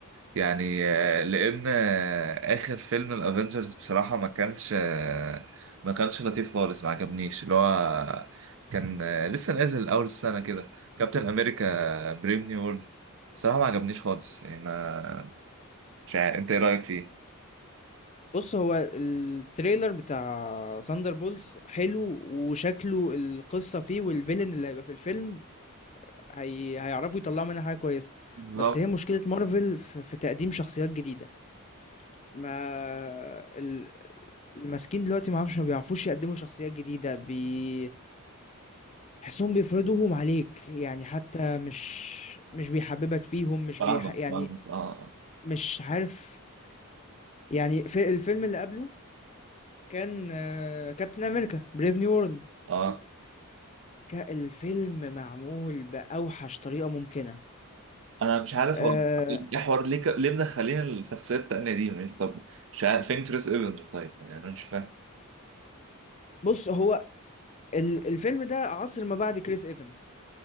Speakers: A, on the right; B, on the left.
A: يعني آه، لان آه، اخر فيلم الافنجرز بصراحه ما كانش آه، ما كانش لطيف خالص ما عجبنيش اللي هو كان آه، لسه نازل اول السنه كده كابتن امريكا بريف نيو وورلد بصراحه ما عجبنيش خالص يعني ما مش عارف انت ايه رايك فيه
B: بص هو التريلر بتاع ثاندر بولز حلو وشكله القصة فيه والفيلن اللي هيبقى في الفيلم هي... هيعرفوا يطلعوا منها حاجة كويسة
A: بالظبط
B: بس هي مشكلة مارفل في, في تقديم شخصيات جديدة ما ال- الماسكين دلوقتي ما عارفش ما بيعرفوش يقدموا شخصيات جديدة بي حسهم بيفرضوهم عليك يعني حتى مش مش بيحببك فيهم مش
A: فاهمك
B: بيح... يعني
A: فاهمك اه
B: مش عارف يعني في الفيلم اللي قبله كان كابتن امريكا بريف نيو وورلد
A: اه
B: الفيلم معمول باوحش طريقه ممكنه
A: انا مش عارف
B: آه،
A: هو ايه حوار ليه ك... ليه مدخلين الشخصيه التانيه دي يعني طب مش عارف فين تريس ايفنز طيب يعني انا مش فاهم
B: بص هو ال- الفيلم ده عصر ما بعد كريس ايفنز